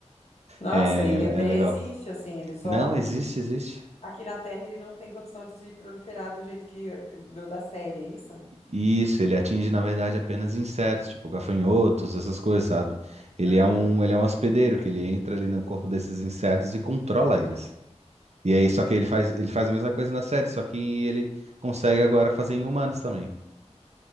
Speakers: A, on the left; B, on the right.
A: Nossa,
B: É,
A: ele
B: é
A: até
B: é legal.
A: existe, assim, ele só.
B: Não, existe, existe.
A: Aqui na Terra ele não tem condição de se proliferar do jeito que do- da série, é isso?
B: Isso, ele atinge, na verdade, apenas insetos, tipo gafanhotos, essas coisas, sabe? Ele
A: Uhum.
B: é um, ele é um hospedeiro, que ele entra ali no corpo desses insetos e controla eles. E aí, só que ele faz, ele faz a mesma coisa na série, só que ele consegue agora fazer em humanos também.